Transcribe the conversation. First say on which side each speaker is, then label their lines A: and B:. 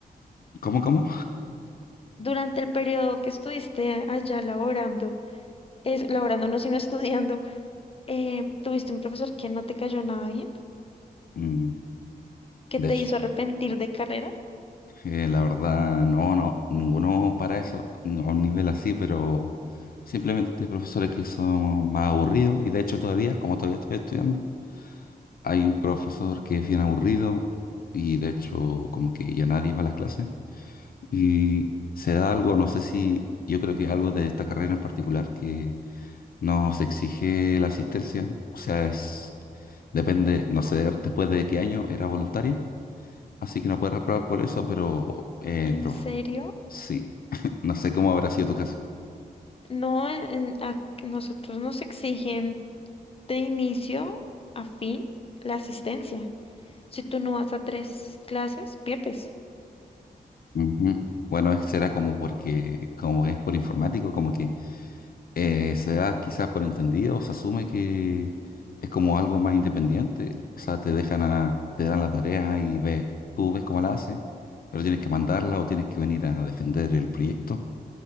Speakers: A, on the left; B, on the left.
A: ¿cómo, cómo?
B: Durante el periodo que estuviste allá laborando, es, laborando no, sino estudiando, eh, tuviste un profesor que no te cayó nada bien.
A: Mm,
B: que
A: de
B: te
A: hecho,
B: hizo arrepentir de carrera?
A: Eh, la verdad, no, no, ninguno para eso, no, a un nivel así, pero simplemente hay profesores que son más aburridos y de hecho todavía, como todavía estoy estudiando, hay un profesor que es bien aburrido y de hecho como que ya nadie va a las clases y se da algo, no sé si yo creo que es algo de esta carrera en particular que nos exige la asistencia, o sea, es, depende, no sé, después de qué año era voluntaria así que no puedes reprobar por eso, pero eh,
B: ¿En
A: profe-
B: serio?
A: sí. No sé cómo habrá sido tu caso.
B: No, en- en- a nosotros nos exigen de inicio a fin la asistencia. Si tú no vas a tres clases, pierdes.
A: Ujú. Bueno, es- será como porque, como es por informático, como que eh, se da quizás por entendido, se asume que es como algo más independiente. O sea, te dejan a, te dan la tarea y ve, tú ves cómo la haces, pero tienes que mandarla o tienes que venir a defender el proyecto.